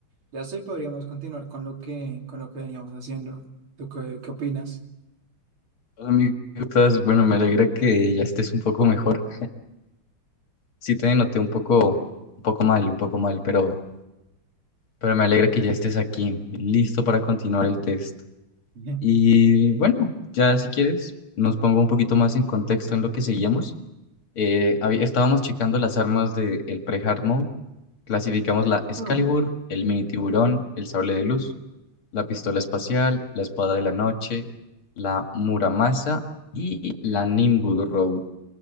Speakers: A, on the right; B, on the left.
A: ya sí podríamos continuar con lo que, con lo que veníamos haciendo. ¿Tú qué, qué opinas?
B: Hola, amigo, ¿cómo estás? Bueno, me alegra que ya estés un poco mejor. Sí, te noté un poco, un poco mal, un poco mal, pero, pero me alegra que ya estés aquí, listo para continuar el test.
A: <laughs> Bien.
B: Y bueno, ya si quieres, nos pongo un poquito más en contexto en lo que seguimos. Eh, hab- estábamos checando las armas del pre-hard mode. Clasificamos la Excalibur,
A: Mm.
B: el mini tiburón, el sable de luz, la pistola espacial, la espada de la noche, la Muramasa y la Nimbus Road.